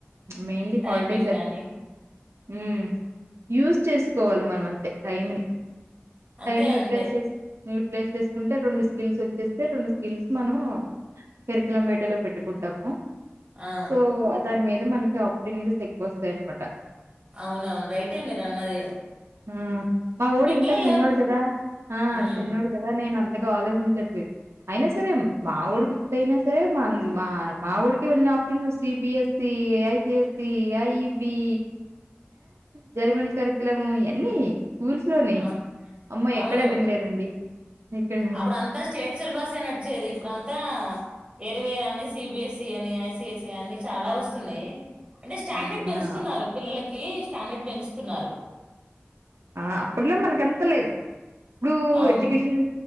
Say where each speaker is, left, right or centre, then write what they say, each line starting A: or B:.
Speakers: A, on the right; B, on the right.
A: మెయిన్లీ
B: టైపింగ్
A: హాలిడేస్ అని
B: గాని
A: మ్మ్. యూజ్ చేస్ కోవాలి మనం అంతే టైమ్ ని
B: అంతే
A: టైమ్ ని యుటిలైజ్
B: అంతే
A: చేస్ యుటిలైజ్ చేసుకుంటే రెండు స్కిల్స్ వచ్చేస్తే రెండు స్కిల్స్ మనం కరికులం వీటా లో పెట్టుకుంటాము
B: ఆ
A: సో ఆ దానిమీద్ ఇ మనకి ఆపర్టునీస్ ఎక్కువ వస్తాయి అన్మాట
B: అవును అవును రైటే మీరు అన్నది
A: మ్ మా వోడు
B: పిల్లలు
A: ఇంకా చిన్నోడు కదా ఆ
B: ఉమ్
A: చిన్నోడు కదా నేన అం పెద్దగా ఆలోచించట్లేదు, అయినా సరే మా వోడు కి ఇస్తే అయినా సరే మా మా వాడికి ఉన్నా options CBSE, ICSE, IB German curriculum ఎన్ని స్కూల్స్ లోని
B: ఆ
A: అమ్మా
B: అవును
A: ఎక్కడ వినలేదు అండి ఎక్కడ
B: అప్పుడు అంతా స్టేట్ సిలబస్ ఐ నడిచేది ఇప్పుడు అంతా ఆ ఏంటో అని సిబిఎస్ఈ అని ఐసిఎస్ అని చాలా
A: ఆ
B: వస్తున్నాయి అంటే స్టాండర్డ్
A: అవునా
B: పెంచుతున్నారు పిల్లలకి కి స్టాండర్డ్ పెంచుతున్నారు
A: ఆ అప్పట్లో మనకెంత లేదు ఇప్పుడు
B: అవును
A: ఎడ్యుకేషన్